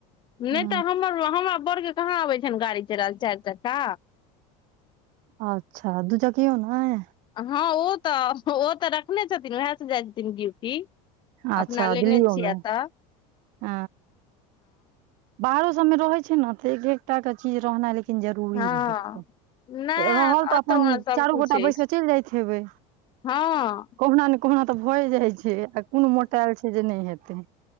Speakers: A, on the left; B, on the right.
A: अ
B: ह
A: नै तऽ हमर - हमरा बड़के कहाँ अबै छनि गाड़ी चलेएल चारि चक्का।
B: अच्छा दूचकियो नहि?
A: हँ ओ तऽ ओ तऽ रखने छथिन उएह से जाइ छथिन ड्यूटी।
B: अच्छा
A: अपना लेने
B: दिल्लियो
A: छिय
B: मे
A: एतऽ
B: ह बाहरो सबमे रहे छै ने तऽ एक एकटा के चीज रहनाइ ल लेकिन जरूरी
A: हँ
B: रहै छै
A: नहि
B: रहल तऽ
A: एतऽ
B: अपन
A: हमरा सभकिछु
B: चारू गोटा
A: अछि
B: बैस कऽ चलि जाइत हेबै।
A: हँ
B: कहुना ने कहुना तऽ भए जाइ छै आ कोनो मोटायल छै जे नहि हेतै।